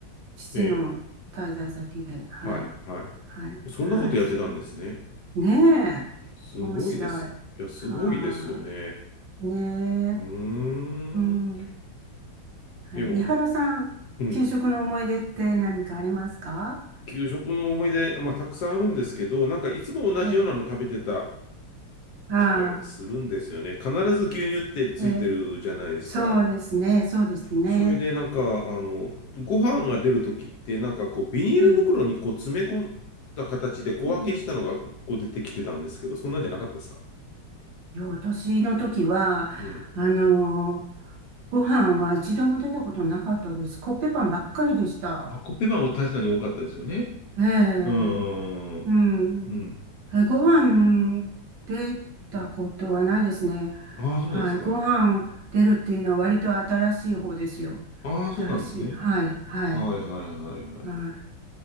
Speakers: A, on the right; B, on the left.
A: 父の滞在先で。
B: い。ええ。はい。
A: はい。
B: は
A: はい。
B: い。そんなことやってたんですね。
A: はい。そこ。ねえ。
B: すごいです。
A: 面白い。
B: いや、すごいですよね。
A: はあ。ねえ。
B: うーん。
A: うん。はい。
B: でも、
A: 井原さん、
B: うん。
A: 給食の思い出って何かありますか
B: 給食の思い出、まあ、たくさんあるんですけど、なんかいつも同じようなの食べてた
A: ええ。あ
B: 気がするんですよね。必ず牛乳ってついてるじゃないですか。
A: あ。ええ。そうですね。そうですね。
B: それでなんか、あの、ご飯が出るときって、なんかこう、ビニール袋にこう詰め込んだ形で小分けしたのがこう出てきてたんですけど、
A: ええ。うん。
B: そんなんじゃなかったですか
A: いや、私の時は、
B: うん。
A: あのーご飯は一度も出たことなかったです。コッペパンばっかりでした。
B: あ、コッペパンは確かに多かったですよね。
A: ええ、
B: うん。うん。
A: うん。
B: うん。
A: えご飯出たことはないですね。
B: うんああ、そうなんですか。
A: はい。ご飯出るっていうのは割と新しい方ですよ。
B: ああ、そうなんですね。
A: 新しい。はい。はい。
B: はいはいはいはいはい。
A: はい。